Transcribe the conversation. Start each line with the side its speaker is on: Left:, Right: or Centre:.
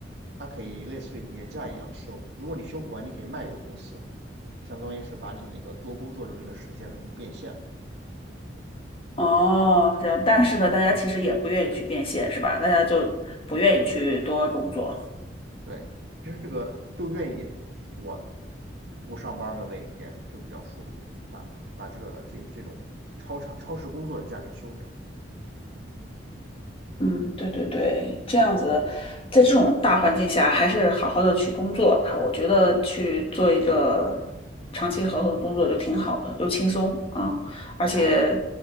Right: 它可以类似于年假一样休。如果你休不完，你可以卖给公司，相当于是把你那个多工作的那个时间呢给变现了。
Left: 哦，这样，但是呢，大家其实也不愿意去变现，是吧？大家就不愿意去多工作。
Right: 对，其实这个就愿意我不上班了那一天就比较舒服，把把这个这这种超长超时工作的假给休掉。嗯，
Left: 嗯，对对对，这样子，在这种大环境下，还是好好的去工作吧。我觉得去做一个长期合同工作就挺好的，又轻松啊，
Right: 哎呀，
Left: 而且，